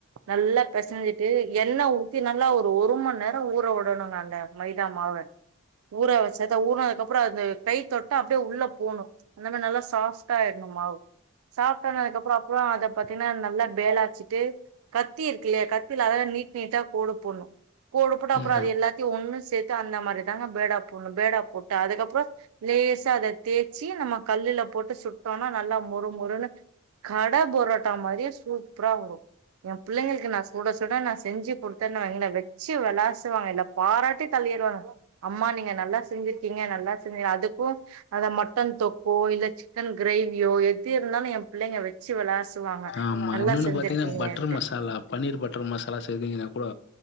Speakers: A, on the right (about 70°); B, on the left (about 50°).
A: நல்லா பெசஞ்சிட்டு எண்ணெ ஊத்தி நல்லா ஒரு ஒரு மண் நேரொ ஊறவுடணுங்க அங்க மைதாமாவ ஊற வச்சதா ஊற்னதுக்கு அப்றொ அந்த கை தொட்ட அப்டே உள்ள போணு அந்த மேர் நல்லா சாஃப்ட்டாயிர்க்குனு மாவு சாஃப்ட்ஆனுத்துக்கு அப்றோ அப்றொ அத பத்தினா நல்லா பேலா வெச்சுட்டு கத்தி இருக்குல்லையா கத்தில அதாலா நீட் நீட்டமா கோடு போன்ணு கோடு போட்டு அப்ற
B: ம் ம்
A: அது எல்லாத்தியு ஒண்ணு சேத்து அந்த மாரி தாங்க பேடா போன்ணும் பேடா போட்டு அதுக்கப்றோ லேசா அத தேச்சி நம்ம கல்லுல போட்டு சுட்டோன்னா நல்லா மொறு மொறுன்னு கடை பொரோட்டா மாரியெ சூப்ரா வரு எபிள்ளைங்களுக்கு நா சுட சுட நா செஞ்சு குட்த்தென்னுவய்ங்கள வெச்சு விளாசுவாங்க இல்ல பாராட்டி தள்ளிருவாங் அம்மா நீங்க நல்லா செஞ்சிர்க்கீங்க நல்லா செஞ் அதுக்கூ அதமட்டன் தொக் ஓ இல்ல சிக்கன் கிரேவியோ இருந்தாலு எ பிள்ளைங்க வெச்சு வெளாசுவாங்க
B: ஆமா
A: நல்லா
B: இன்னொன்னு
A: செஞ்சிருக்கீங்கன்ட்டு
B: பாத்தீங்கன்னா பட்டர் மசாலா பன்னீர் பட்டர் மசாலா செய்தீங்கன்னாகூட